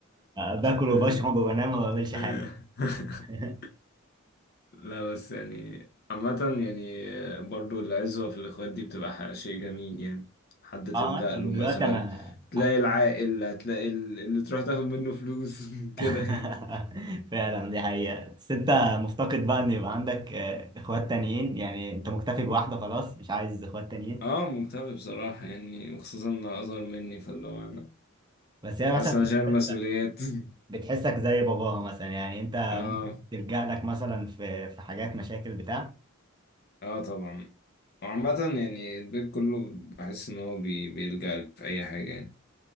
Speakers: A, on the right; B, on the left.
A: آه، باكل
B: <laughs>
A: وبشرب وبنام وما بعملش حاجة
B: آه. <laughs>
A: <laughs>
B: لا بس يعني عامة يعني آه، برضو العزوة في الإخوات دي بتبقى ح- شيء جميل يعني حد تلجأ
A: اه مثلا
B: له
A: دلوقتي
B: مثلا
A: انا
B: تلاقي العاقل هتلاقي ال- اللي تروح تاخد منه فلوس <laughs>
A: <laughs>
B: كده يعني
A: فعلا دي حقيقة بس انت مفتقد بقى ان يبقى عندك آه، اخوات تانيين يعني انت مكتفي بواحدة خلاص مش عايز اخوات تانيين
B: اه مكتئب بصراحة يعني وخصوصا إن أصغر مني فاللي هو أنا
A: بس هي مثلا
B: حاسس
A: بت-
B: إن أنا شايل مسؤوليات <laughs>
A: بتحسك زي باباها مثلا يعني انت
B: اه
A: ممكن تلجأ لك مثلا في في حاجات مشاكل بتاع
B: اه طبعا وعامة يعني البيت كله بحس إن هو بي- بيلجأ لي في أي حاجة يعني